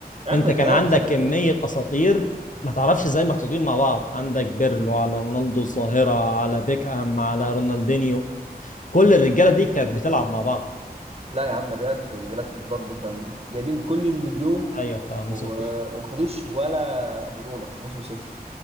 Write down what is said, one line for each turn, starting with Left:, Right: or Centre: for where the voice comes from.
Right: يا
Left: انت
Right: عم الريال
Left: كان عندك
Right: زمان
Left: كمية اساطير ما تعرفش ازاي محطوطين مع بعض عندك بيرلو على رونالدو الظاهرة على بيكهام على رونالدينيو كل الرجالة دي كانت بتلعب مع بعض
Right: لا يا عم الريال في الجلاكتوس برضو كان جايبين كل النجوم
Left: ايوه بتاع موسم
Right: و-
Left: فيه
Right: وما خدوش ولا بطولة موسم صفر